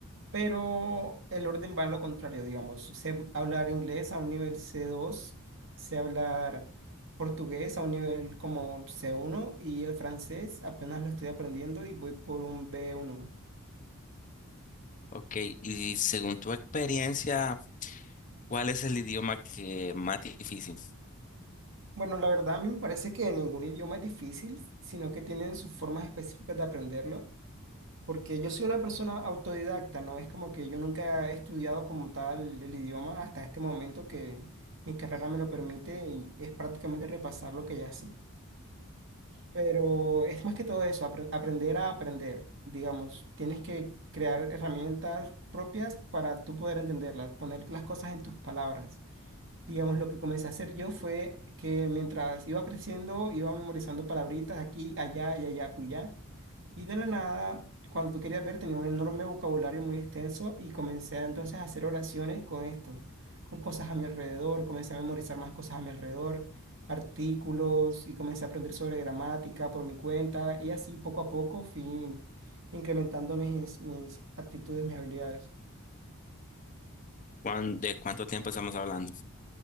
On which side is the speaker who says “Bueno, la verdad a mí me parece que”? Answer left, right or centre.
Right